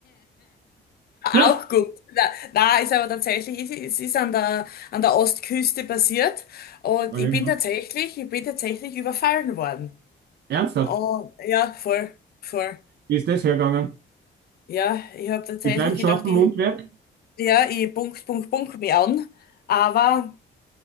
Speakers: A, on the right; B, on the left.
A: <laughs>
B: Auch gut. Na, na, ist aber tatsächlich, es ist, ist an der, an der Ostküste passiert und
A: Oh, irgendwas.
B: ich bin tatsächlich, ich bin tatsächlich überfallen worden.
A: Ernsthaft?
B: Oh, ja, voll, voll.
A: Wie ist das hergegangen?
B: Ja, ich habe tatsächlich
A: Mit deinem
B: gedacht,
A: scharfen
B: ich,
A: Mundwerk?
B: ja, ich Punkt, Punkt, Punkt mich an, aber